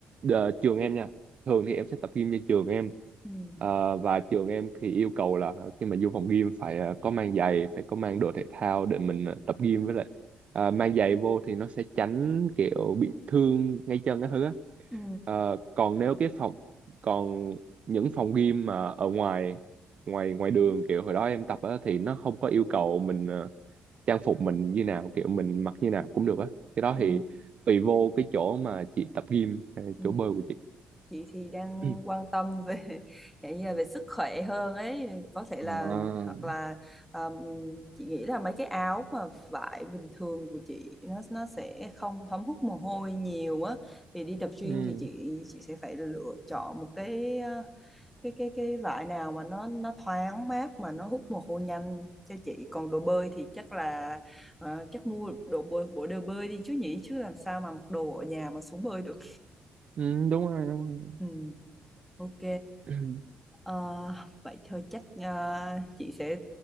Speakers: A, on the right (about 50°); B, in the centre.
A: ờ, trường em nha thường thì em sẽ tập gym như trường em
B: ừ
A: Ờ, và trường em thì yêu cầu là khi mà vô phòng gym phải ờ, có mang giày phải có mang đồ thể thao để mình ờ, tập gym với lại Ờ, mang giày vô thì nó sẽ tránh kiểu bị thương ngay chân cái thứ á.
B: ừ
A: Ờ, còn nếu cái phòng còn những phòng gym mà ở ngoài ngoài ngoài đường kiểu hồi đó em tập á thì nó không có yêu cầu mình ờ, trang phục mình như nào kiểu mình mặc như nào cũng được á cái đó
B: ừ
A: thì tùy vô cái chỗ mà chị tập gym ờ,
B: ừ
A: chỗ bơi của chị
B: chị thì đang
A: <clears throat>
B: quan tâm về <laughs> dạng như là về sức khỏe hơn ấy có thể
A: À,
B: là hoặc là um, chị nghĩ là mấy cái áo mà vải bình thường của chị nó nó sẽ không thấm hút mồ hôi nhiều á thì đi tập gym
A: ừ,
B: thì chị chị sẽ phải lựa chọn một cái ờ, cái cái cái vải nào mà nó nó thoáng mát mà nó hút mồ hôi nhanh cho chị còn đồ bơi thì chắc là ờ, chắc mua đồ bơi bộ đồ bơi đi chứ nhỉ chứ làm sao mà mặc đồ ở nhà mà xuống bơi được
A: ừ, đúng rồi đúng
B: ừ, ok
A: rồi <clears throat>
B: Ờ, vậy thôi chắc ờ, chị sẽ